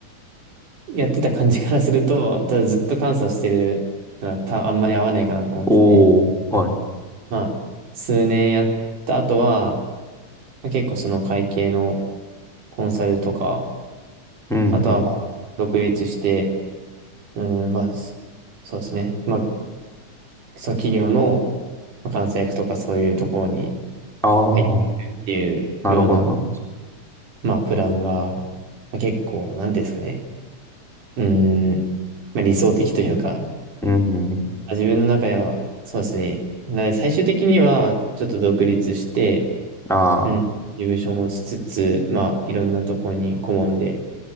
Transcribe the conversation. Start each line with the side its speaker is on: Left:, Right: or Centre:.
Right: やってた感じからすると、<laughs> ただずっと監査してるのはたあんまり合わないかなと思ってて、
Centre: おー、はい。
Right: まあ、数年やった後は、まあ、結構その会計のコンサルとか、
Centre: うん、
Right: あとはまあ独立して、
Centre: うん。
Right: うん、まあ、そそうですね。まあ、その企業のまあ監査役とかそういうところに
Centre: あ
Right: 入ってるっていうような、
Centre: あ、なるほど、なるほど。
Right: まあ、プランが、まあ、結構、なんていうんですかね。うん、まあ、理想的というか、
Centre: うん、うんうん。
Right: 自分の中では、そうですね。なので最終的には、ちょっと独立して、
Centre: あ
Right: うん、事務所を持ちつつ、まあ、いろんなとこに顧問で